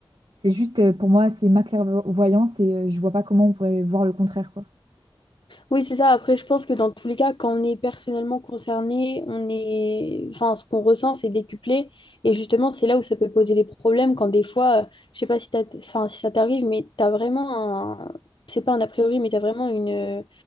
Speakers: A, on the right; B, on the left.
A: C'est juste, euh, pour moi, c'est ma clairvoyance et euh, je vois pas comment on pourrait voir le contraire, quoi.
B: oui, c'est ça. Après, je pense que dans tous les cas, quand on est personnellement concerné, on est, enfin, ce qu'on ressent, c'est décuplé. Et justement, c'est là où ça peut poser des problèmes quand des fois, euh, je sais pas si t'as- enfin, si ça t'arrive, mais t'as vraiment un, c'est pas un a priori, mais t'as vraiment une, euh,